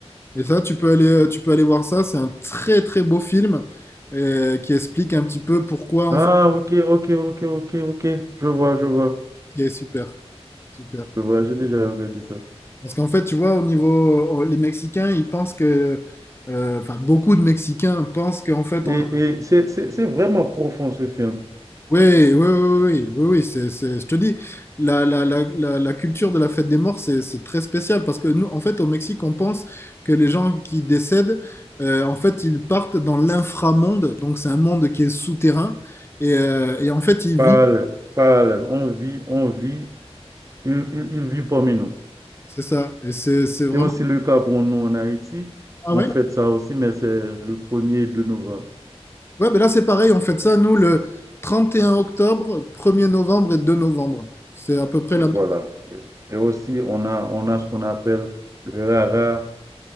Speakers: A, on the left; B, on the right.
A: Et ça, tu peux aller, tu peux aller voir ça. C'est un très très beau film euh, qui explique un petit peu pourquoi en
B: Ah,
A: fait.
B: OK, OK, OK, OK, OK. Je vois, je vois.
A: qui est super, super.
B: Je vois, j'ai déjà regardé ça.
A: Parce qu'en fait, tu vois, au niveau, au- les Mexicains, ils pensent que, euh, enfin, beaucoup de Mexicains pensent qu'en fait,
B: Et,
A: en
B: et c'est c'est- c'est vraiment profond ce film.
A: Oui, oui, oui, oui, oui, oui, c'est, c'est- je te dis, la, la, la, la, la culture de la fête des morts, c'est, c'est très spécial parce que nous, en fait, au Mexique, on pense que les gens qui décèdent, euh, en fait, ils partent dans l'inframonde, donc c'est un monde qui est souterrain, et, euh, et en fait, ils
B: Parallèle,
A: vivent,
B: parallèle. On vit, on vit, il, il, il vit parmi nous.
A: c'est ça, et c'est, c'est vraiment.
B: C'est aussi le cas pour nous en Haïti.
A: Ah
B: On
A: ouais?
B: fête ça aussi, mais c'est le premier er de novembre.
A: Ouais, mais là, c'est pareil, on fait ça, nous, le 31 octobre, premier novembre et 2 novembre. C'est à peu près la
B: Et voilà.
A: même.
B: Et aussi, on a, on a ce qu'on appelle le rara,